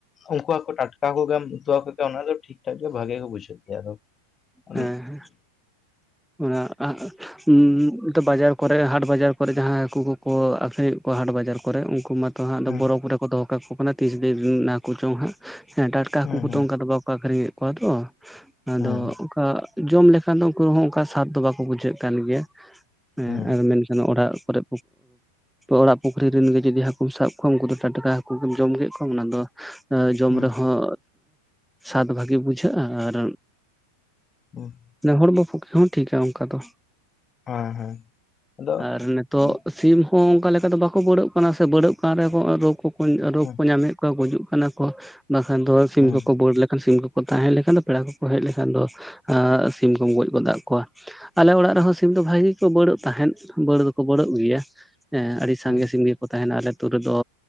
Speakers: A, on the left (about 25°); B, in the centre.
A: ᱩᱱᱠᱩᱣᱟᱜ ᱠᱚ ᱴᱟᱴᱠᱟ ᱦᱟᱠᱩᱜᱮᱢ ᱩᱛᱩ ᱟᱠᱚᱜᱮᱭᱟ ᱚᱱᱟ ᱫᱚ ᱴᱷᱤᱠ ᱴᱷᱟᱠ ᱜᱮ ᱵᱷᱟᱜᱮ ᱜᱮ ᱵᱩᱡᱷᱟᱹᱜ ᱜᱮᱭᱟ ᱟᱫᱚ ᱦᱩᱸ
B: ᱦᱮᱸ ᱦᱮ ᱚᱱᱟ ᱵᱟᱡᱟᱨ ᱠᱚᱨᱮ ᱦᱟᱴ, ᱵᱟᱡᱟᱨ, ᱠᱚ ᱠᱚᱨᱮ ᱡᱟᱦᱟᱸᱭ ᱦᱟᱹᱠᱩ ᱠᱚᱠᱚ ᱟᱠᱷᱨ ᱠᱚᱣᱟ ᱦᱟᱴ ᱵᱟᱡᱟᱨ ᱠᱚᱨᱮ ᱩᱱᱠᱩ ᱢᱟᱛᱚᱟᱸᱜ
A: ᱦᱩᱸ
B: ᱵᱚᱨᱚᱯ ᱠᱚᱨᱮ ᱠᱚ ᱫᱚᱦᱚ ᱠᱚᱣᱟ ᱠᱚ ᱠᱷᱚᱱᱟ ᱛᱤᱥ ᱫᱤᱱ ᱦᱟᱠᱩ ᱪᱚᱝ ᱦᱟᱸᱜᱮᱸ ᱰᱟᱴᱠᱟ
A: ᱦᱩᱸ
B: ᱦᱟᱹᱠᱩ ᱠᱚ ᱫᱚᱝ ᱠᱟᱫᱟ ᱵᱟᱠᱚ ᱟᱠᱷᱟᱨᱤᱧ ᱠᱚᱣᱟ ᱛᱚ ᱟᱫᱚ
A: ᱦᱩᱸ
B: ᱡᱚᱢ ᱞᱮᱠᱷᱟᱱ ᱫᱚ ᱩᱱᱠᱩ ᱦᱚᱸ ᱚᱱᱠᱟ ᱥᱟᱫ ᱫᱚ ᱵᱟᱠᱚ ᱵᱩᱡᱷᱟᱹᱜ ᱠᱟᱱ ᱜᱮᱭᱟ ᱦᱮᱸ
A: ᱦᱩᱸ
B: ᱟᱨ ᱢᱮᱱᱠᱷᱟᱱ ᱚᱲᱟᱜ ᱠᱚᱨᱮ ᱚᱲᱟᱜ ᱯᱩᱠᱷᱨᱤ ᱨᱮᱱ ᱜᱮ ᱡᱩᱫᱤ ᱦᱟᱹᱠᱩᱢ ᱥᱟᱵ ᱠᱚᱣᱟ ᱩᱱᱠᱩ ᱫᱚ ᱴᱟᱴᱟᱠᱟ ᱦᱟᱹᱠᱩᱢ ᱡᱚᱢ ᱠᱮᱫ ᱠᱚᱣᱟ ᱚᱱᱟ ᱫᱚ ᱡᱚᱢ
A: ᱦᱩᱸ
B: ᱨᱮᱦᱚᱸ ᱥᱟᱫ ᱵᱷᱟᱹᱜᱤ ᱵᱩᱡᱷᱟᱹᱜ-ᱟ ᱟᱨ
A: ᱦᱩᱸ
B: ᱱᱮᱦᱚᱲ ᱦᱚᱲ ᱯᱩᱠᱷᱨᱤ ᱦᱚᱸ ᱴᱷᱠᱟ ᱚᱱᱠᱟ ᱫᱚ
A: ᱦᱮᱸ ᱦᱮᱸ ᱟᱫᱚ
B: ᱟᱨ ᱱᱤᱛᱚᱜ
A: ᱦᱩᱸ
B: ᱥᱤᱢ ᱦᱚᱸ ᱚᱱᱠᱟ ᱞᱮᱠᱟ ᱫᱚ ᱵᱟᱠᱚ ᱵᱟᱹᱲᱚᱜ ᱠᱟᱱᱟ ᱥᱮ ᱵᱟᱹᱲᱟᱹᱜ ᱠᱟᱱ ᱨᱮᱦᱚᱸ ᱨᱳᱜ ᱠᱚ ᱨᱳᱜ
A: ᱦᱩᱸ
B: ᱠᱚ ᱧᱟᱢᱮᱫ ᱠᱟᱱᱟᱣᱟ ᱚᱠᱟ ᱜᱩᱡᱩᱜ ᱠᱟᱱᱟ ᱠᱚ ᱵᱟᱠᱷᱟᱱ ᱫᱚ ᱥᱤᱢ
A: ᱦᱩᱸ
B: ᱜᱚᱡᱩ ᱠᱚᱱᱟ ᱠᱚ ᱵᱟᱹᱠᱷᱟᱱ ᱫᱚ ᱥᱤᱢ ᱠᱚᱠᱚ ᱵᱟᱬ ᱞᱮᱠᱷᱟᱱ ᱥᱤᱢ ᱠᱚᱠᱚ ᱛᱟᱦᱮᱸ ᱞᱮᱠᱷᱟᱱ ᱫᱚ ᱯᱮᱲᱟ ᱠᱚᱠᱚ ᱦᱮᱡ ᱞᱮᱠᱷᱟᱱ ᱫᱚ ᱥᱤᱢ ᱠᱚᱢ ᱜᱚᱡ ᱜᱚᱫᱟᱜ ᱠᱚᱣᱟ ᱟᱞᱮ ᱚᱲᱟᱜ ᱨᱮᱦᱚᱸ ᱥᱤᱢ ᱫᱚ ᱵᱷᱟᱜᱤ ᱜᱮ ᱠᱚ ᱵᱟᱹᱲᱚᱜ ᱛᱟᱦᱮᱸᱫ ᱵᱟᱹᱲ ᱫᱚ ᱠᱟᱹᱵᱟᱹᱲᱚᱜ ᱜᱮᱭᱟ ᱦᱮᱸ ᱟᱹᱰᱤ ᱥᱟᱸᱜᱮ
A: ᱦᱩᱸ
B: ᱥᱤᱢ ᱜᱮᱠᱚ ᱛᱟᱦᱮᱱᱟ ᱟᱛᱳ ᱨᱮᱫᱚ